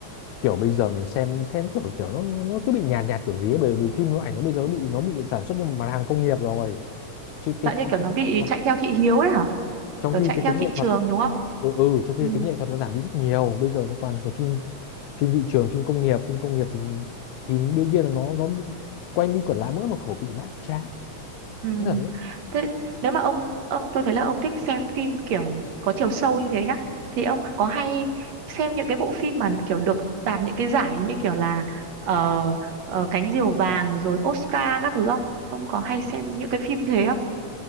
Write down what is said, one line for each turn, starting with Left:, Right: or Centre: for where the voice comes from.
Left: kiểu bây giờ mình xem xem kiểu kiểu nó nó cứ bị nhạt nhạt kiểu gì ấy bởi vì phim nó ảnh nó bây giờ nó bị nó bị sản xuất như một mặt hàng công nghiệp rồi chứ cái,
Right: dạng như
Left: cái
Right: kiểu
Left: tính
Right: nó bị
Left: nghệ thuật
Right: chạy theo thị hiếu ấy hả
Left: trong
Right: kiểu
Left: khi
Right: chạy
Left: cái
Right: theo
Left: tính
Right: thị
Left: nghệ
Right: trường
Left: thuật
Right: đúng không
Left: ừ ừ trong khi
Right: ừ
Left: tính nghệ thuật nó giảm đi rất nhiều bây giờ nó toàn cái phim phim thị trường phim công nghiệp phim công nghiệp thì thì đương nhiên là nó nó quanh đi quẩn lại mỗi một khẩu vị mãi cũng chán
Right: ừ.
Left: rất là đấy
Right: thế nếu mà ông ông tôi thấy là ông thích xem phim kiểu có chiều sâu như thế nhá thì ông có hay xem những cái bộ phim mà kiểu được đạt những cái giải như kiểu là ờ, ờ, cánh diều vàng rồi Oscar các thứ không ông có hay xem những cái phim thế không